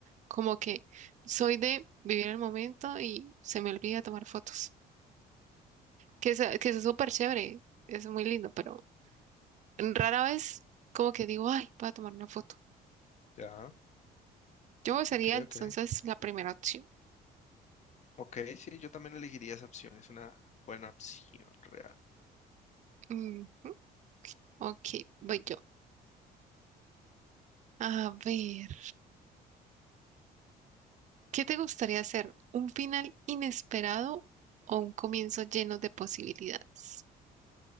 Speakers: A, on the right; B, on the left.
A: Como que soy de vivir el momento y se me olvida tomar fotos. Que es, que es súper chévere, es muy lindo, pero rara vez como que digo, ay, voy a tomar una foto.
B: Ya,
A: Yo sería
B: ok,
A: entonces
B: ok.
A: la primera opción.
B: Ok, sí, yo también elegiría esa opción, es una buena opción real.
A: Mm, ok, voy yo. A ver, ¿qué te gustaría hacer? ¿Un final inesperado o un comienzo lleno de posibilidades?